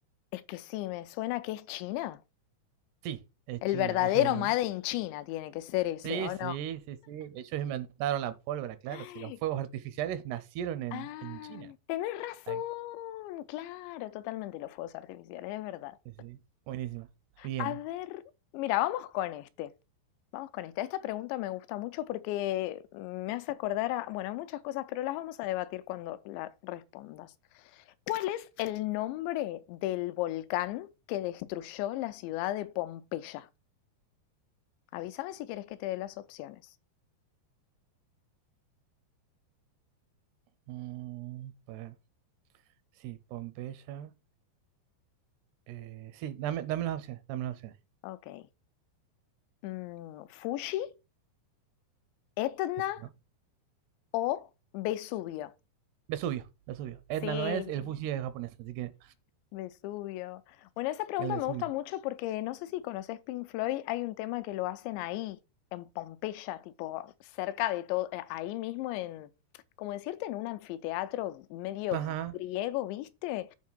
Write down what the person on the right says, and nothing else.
Sí, es
China.
Ellos inventaron.
Sí,
sí,
sí, sí. Ellos inventaron la pólvora, claro.
Si los
fuegos artificiales nacieron en,
en China.
Ay,
sí, sí. Buenísima. Bien.
Mm, pa- sí, Pompeya. eh, sí, dame, dame las opciones, dame las opciones.
Ese, ¿no?
Vesubio, Vesubio. Etna
no es, el Fuji es japonés, así que
el Vesubio.
Ajá.